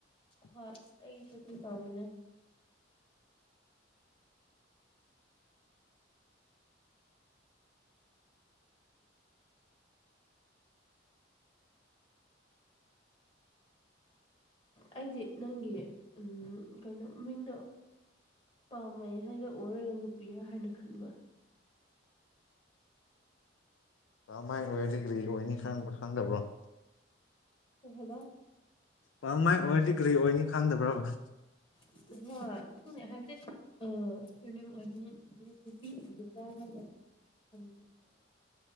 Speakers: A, on the left; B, on the left.
A: ꯍ ꯑꯩꯁꯨꯇ ꯇꯕꯅꯦ
B: <unintelligible>
A: ꯑꯩꯗꯤ ꯅꯪꯒꯤ ꯀꯩꯅꯣ ꯃꯤꯡꯗꯣ ꯄꯥꯝꯃꯦꯩ ꯍꯥꯏꯅ ꯑꯣꯏꯔꯒ ꯅꯨꯄꯤꯔ ꯍꯥꯏꯅ ꯈꯟꯕ
B: ꯀꯃꯥꯏꯅ ꯑꯣꯏꯔꯗꯤ ꯀꯔꯤ ꯑꯣꯏꯅꯤ ꯈꯕ ꯈꯪꯗꯕ꯭ꯔꯣ
A: ꯀꯩ ꯍꯥꯢꯕ
B: ꯄꯥꯝ ꯃꯥꯏ ꯑꯣꯏꯔꯗꯤ ꯀꯔꯤ ꯑꯣꯏꯅꯤ ꯈꯪꯗꯕ꯭ꯔꯕ
A: ꯍ ꯍꯥꯏꯕꯤꯔꯦ ꯑꯨꯝꯅꯝ <inaudible>